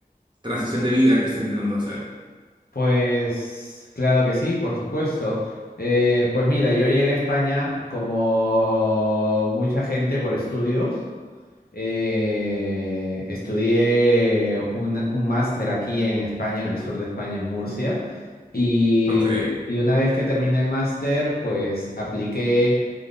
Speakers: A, on the right; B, on the left.
A: transición de vida que estoy intentando hacer.
B: Pues claro que sí, por supuesto. Eh, pues mira, yo llegué a España como mucha gente por estudios. Eh, estudié un, un máster aquí en España, en el sur de España, en Murcia. Y,
A: Ok,
B: y una vez que terminé el máster, pues apliqué